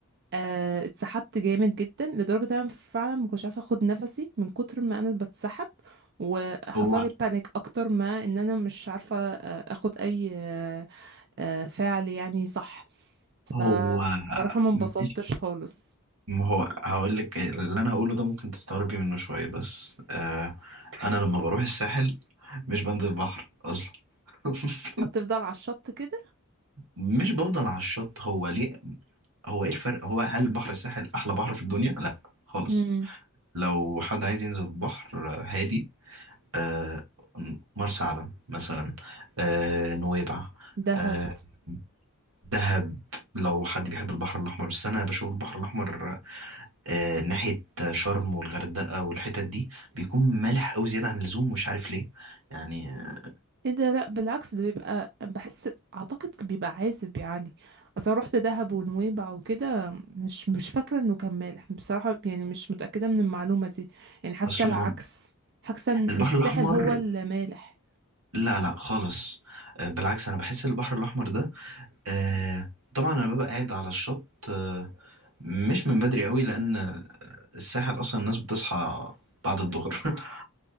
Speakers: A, on the right; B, on the right.
A: آه، اتسحبت جامد جدا لدرجة إن انا فعلا ما كنتش عارفة اخد نفسي من كتر ما انا بتسحب وحصل
B: هو
A: لي بانيك اكتر ما ان انا مش عارفة آه، اخد اي آه، آه، فعل يعني صح فصراحة
B: هو
A: ما انبسطتش
B: مش
A: خالص
B: ما هو هقول لك اللي انا هقوله ده ممكن تستغربي منه شويه بس آه انا لما بروح الساحل مش بنزل بحر اصلا <laughs>
A: هتفضل على الشط كده
B: مش بفضل على الشط هو ليه هو ايه الفرق هو هل بحر الساحل احلى بحر في الدنيا لا خالص
A: امم
B: لو حد عايز ينزل بحر هادي آه مرسى علم مثلا آه نويبع
A: دهب
B: آه دهب لو حد بيحب البحر الاحمر بس انا بشوف البحر الاحمر آه، ناحية شرم والغردقة والحتت دي بيكون مالح أوي زيادة عن اللزوم مش عارف ليه يعني آه،
A: ايه ده لا بالعكس ده بيبقى بحس اعتقد بيبقى عازب يا علي اصلا رحت دهب ونويبع وكده مش مش فاكره انه كان مالح بصراحه يعني مش متاكده من المعلومه دي يعني حاسه
B: أصل
A: العكس
B: ما هو
A: حاسه ان
B: البحر
A: الساحل
B: الأحمر
A: هو اللي مالح
B: لا لا خالص آه، بالعكس أنا بحس البحر الأحمر ده آه، طبعا أنا ببقى قاعد على الشط آه، مش من بدري قوي لأن الساحل أصلا الناس بتصحى بعد الظهر <laughs>